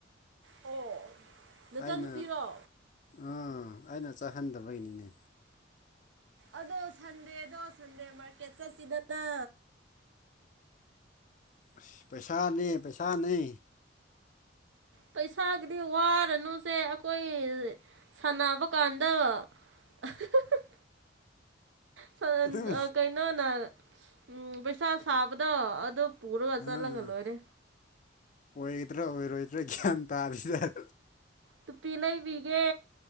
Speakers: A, on the right; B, on the left.
A: ꯑꯣ ꯅꯆꯟꯅꯨꯄꯤꯔꯣ
B: ꯑꯩꯅ ꯑꯥ ꯑꯩꯅ ꯆꯠꯍꯟꯗꯕꯩꯅꯤꯅꯦ
A: ꯑꯗꯣ ꯁꯟꯗꯦꯗꯣ ꯁꯟꯗꯦ ꯃꯥꯔꯀꯦꯠ ꯆꯠꯁꯤꯗꯅ
B: ꯑꯁ ꯄꯩꯁꯥꯅꯦ ꯄꯩꯁꯥꯅꯦ꯫
A: ꯄꯩꯁꯥꯒꯤꯗꯤ ꯋꯥꯔꯅꯨꯁꯦ ꯈꯣꯏ ꯁꯥꯟꯅꯕ ꯀꯥꯟꯗ <unintelligible> ꯁꯥꯟ
B: ꯑꯗꯨꯝ
A: ꯑ ꯀꯩ ꯅꯣꯅ ꯎꯝ ꯄꯩꯁꯥ ꯁꯥꯕꯗꯣ ꯑꯗꯨ ꯄꯨꯔꯒ
B: ꯑꯥ
A: ꯆꯠꯂꯒ ꯂꯣꯏꯔꯦ꯫
B: ꯑꯣꯏꯒꯗ꯭ꯔꯥ ꯑꯣꯏꯔꯣꯏꯗ꯭ꯔꯥ ꯒ꯭ꯌꯥꯟ ꯇꯥꯗ꯭ꯔꯤꯗ꯫
A: ꯇꯨꯄꯤ ꯂꯩꯕꯤꯒꯦ